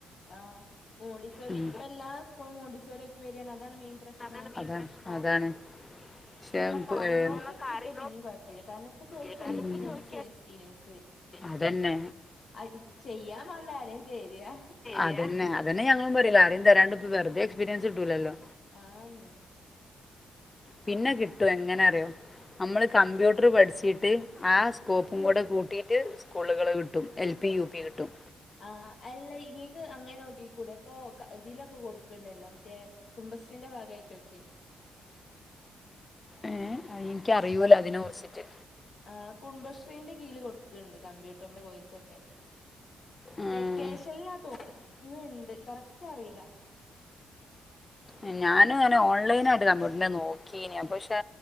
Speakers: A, on the left; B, on the left.
A: ആഹ് മോണ്ടിസോറി
B: ഉം
A: ഇപ്പല്ലാ സ്കൂളും മോണ്ടിസോറ്യാക്കി വര്യാണ് അതാണ് മെയിൻ പ്രശ്നം.
B: സ്കൂളിലും അതാണ് അതാണ്. പക്ഷെ
A: നമ്മക്കറിനോട്ത്തൊക്കിട്ട്യ
B: ഇപ്പൊ, ഏ, കാര്യമില്ല. കാര്യം
A: പിന്നിം കൊയ്പയ്യ. കാര്ണം പ്പ ചോയ്ക്കും
B: ഇപ്പൊ
A: എക്സ്പീര്യൻസ്
B: ഉം, ചോദിച്ചു
A: എക്സ്പീര്യൻസ്.
B: അതന്നെ
A: അയ് ചെയ്യാ വാണ്ടേ ആരേം തരാ
B: അതെന്നെ അതന്നെ ഞങ്ങളും പറ്യല് ആരെം തരാണ്ട് പൊ വെറ്തെ എക്സ്പീര്യൻസ്ട്ടൂലല്ലോ.
A: ആന്ന്.
B: പിന്നെ കിട്ടു എങ്ങനെ അറ്യോ, നമ്മള് കമ്പ്യൂട്ട്ർ പഠിച്ചീട്ട് ആ സ്കോപ്പും കൂടെ കൂട്ടീട്ട്, സ്കൂള്കള് കിട്ടും എൽ പി യു പി കിട്ടും.
A: ആഹ് അല്ല ഇങ്ങക്ക് അങ്ങെ നോക്കി കൂടെ പ്പൊ ഇതീലൊക്കെ കൊട്ക്ക്ണ്ടല്ലോ മറ്റേ കുട്ംബശ്രീന്റെ ഭാഗായ്ട്ടൊക്കെ
B: ഏഹ് അയിൻ ക്കറിയൂലതിനെ കുർച്ചിട്ട്.
A: ആഹ് കുടുംബശ്രീന്റെ കീയില് കൊട്ക്ക്ണ്ട് കമ്പ്യൂട്ടർന്റെ കോയ്സൊക്കെ
B: ഉം
A: വെക്കേഷന്ലാ തോന്ന്ണ്ട് കറക്റ്റ് അറിയില്ല
B: ഏഹ് ഞാനും ങ്ങനെ ഓൺലൈനായിട്ട് കമ്പ്യൂട്ടറിന്റെ നോ ക്കീനി പക്ഷെ